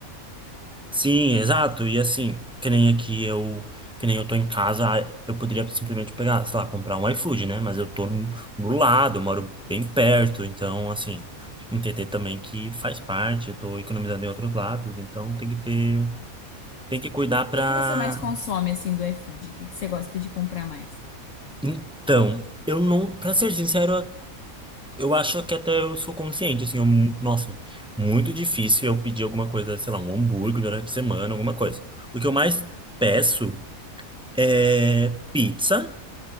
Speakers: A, in the centre; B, on the left.
A: Sim, exato. E assim, que nem aqui eu, que nem eu tô em casa, ah, eu poderia simplesmente pegar, sei lá, comprar um iFood, né? Mas eu tô no, no lado, eu moro bem perto, então assim, entender também que faz parte, eu tô economizando em outros lados, então tem que ter, tem que cuidar pra...
B: O que que você mais consome, assim, do iFood? O que que você gosta de comprar mais?
A: Então, eu não, pra ser sincero, eu acho que até eu sou consciente, assim, eu, nossa, muito difícil eu pedir alguma coisa, sei lá, um hambúrguer durante a semana, alguma coisa. O que eu mais peço É pizza.